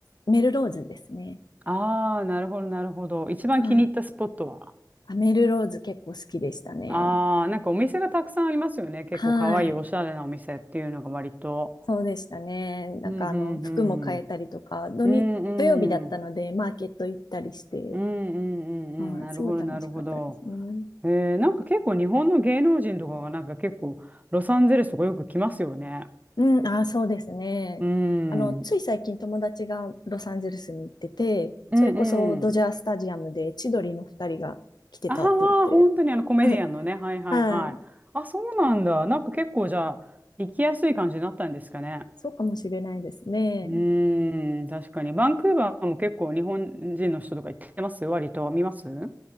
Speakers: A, on the left; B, on the right.
A: メルローズですね。
B: ああ、なるほど、なるほど。一番気に入ったスポットは
A: はい。あ、メルローズ結構好きでしたね。
B: ああ、なんかお店がたくさんありますよね。結構かわいい、
A: はい。
B: おしゃれなお店っていうのが割と。
A: そうでしたね。なんかあの、
B: うんうんうん。
A: 服も変えたりとか、土に、
B: うんうん。
A: 土曜日だったので、マーケット行ったりして、
B: うんうんうんうん、
A: はい、
B: なるほど、
A: すごい楽しかったですね。
B: なるほど。えー、なんか結構日本の芸能人とかがなんか結構ロサンゼルスとかよく来ますよね。
A: うん、あー、そうですね。
B: うん。
A: あの、つい最近友達がロサンゼルスに行ってて、
B: うんうん。
A: それこそドジャースタジアムで千鳥の二人が来てたって言って、
B: ああ、本当にあのコメディアンのね。
A: <laughs> はい、
B: はいはいはい。
A: はい
B: あ、そうなんだ。なんか結構じゃあ、行きやすい感じになったんですかね。
A: そうかもしれないですね。
B: うーん、確かに。バンクーバーも結構日本人の人とか行ってます割と。見ますう